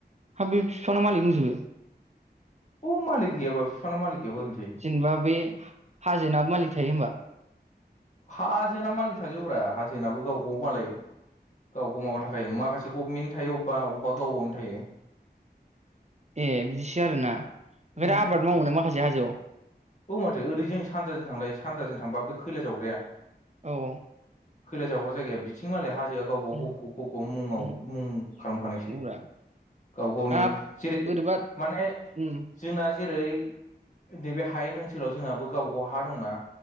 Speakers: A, on the right; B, on the left.
A: हा बे बिफांना मालिक दंजोबो?
B: अ मालिक गैबा बिफांना मालिक गैयाबा ओरैनो जायो
A: जेनेबा बे हा हाजोनाबो मालिक थायो होनबा?
B: हाजोनाबो मालिक थाजोबोब्रा हाजोनाबो गाव - गाव मालाय गाव-गाव माबा थाखायो माखासे गभमेन्टनि थायो अबेबा अबेबा गाव गावनो थायो।
A: ए बिदिसो आरोना ओनफाय
B: उम
A: दा आबाद मावनो मोनो माखासे हाजोआव?
B: औ माथो ओरै जों सानजाजों थांलाय सानजाजों थांबा बे खैला जावग्राया
A: औ औ
B: खैला जावग्रा जायगाया बि बिथिं मालाय हाजोआ गावबा
A: उम
B: गाव ग ग ग मुङाव
A: उम
B: मुं खालाम खानायसो।
A: औब्रा
B: गाव -गावनि
A: हाब
B: जेरै
A: बोरैबा
B: माने
A: उम
B: जोंना जेरै नैबे हायेन ओनसोलाव जोंहाबो गावबा गाव हा दंना